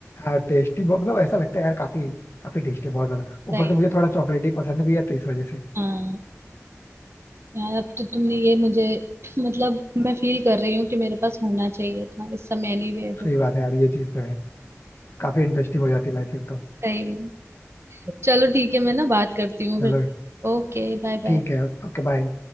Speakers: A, on the left; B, on the right.
A: हाँ टेस्टी बहुत मतलब ऐसा लगता है यार काफी काफी टेस्टी बहुत ज्यादा
B: सही
A: ऊपर से मुझे थोड़ा चॉकलेट ही पसंद भी है तो इस वजह से
B: हाँ यार अब तो तुमने ये मुझे <laughs> मतलब मैं फील कर रही हूँ कि मेरे पास होना चाहिए था इस समय एनी वे
A: सही बात है यार ये चीज तो है काफी इंटरेस्टिंग हो जाती है लाइफ फिर तो
B: सही में चलो ठीक है मैं ना बात करती हूँ
A: चलो
B: फिर Okay bye
A: ठीक
B: bye
A: है Okay bye